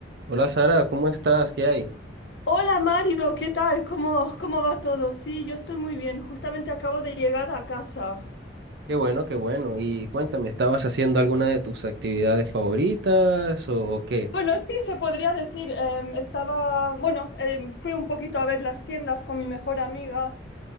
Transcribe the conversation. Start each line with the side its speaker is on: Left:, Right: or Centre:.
Right: Hola Sara, ¿cómo estás? ¿Qué hay?
Left: Hola Mario, ¿qué tal? ¿Cómo, cómo va todo? Sí, yo estoy muy bien. Justamente acabo de llegar a casa.
Right: Qué bueno, qué bueno. Y cuéntame, ¿estabas haciendo alguna de tus actividades favoritas o, o qué?
Left: Bueno, sí, se podría decir. em, estaba, bueno, em, fui un poquito a ver las tiendas con mi mejor amiga,